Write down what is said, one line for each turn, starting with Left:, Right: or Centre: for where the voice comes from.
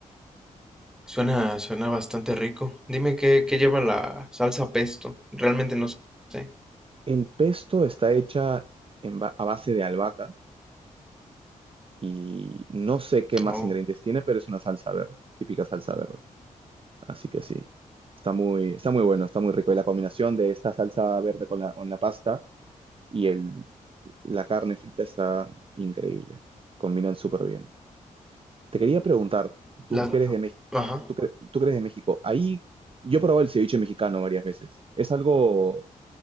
Centre: suena, suena bastante rico. Dime qué, qué lleva la salsa pesto. Realmente no sé.
Right: El pesto está hecha en ba- a base de albahaca y no sé qué más
Centre: Oh,
Right: ingredientes tiene, pero es una salsa verde, típica salsa verde. Así que sí, está muy, está muy bueno, está muy rico. Y la combinación de esta salsa verde con la, con la pasta y el, la carne frita está increíble. Combinan súper bien. Te quería preguntar, tú
Centre: la,
Right: que eres de México,
Centre: ajá.
Right: tú que- tú que eres de México, ahí yo he probado el ceviche mexicano varias veces. ¿Es algo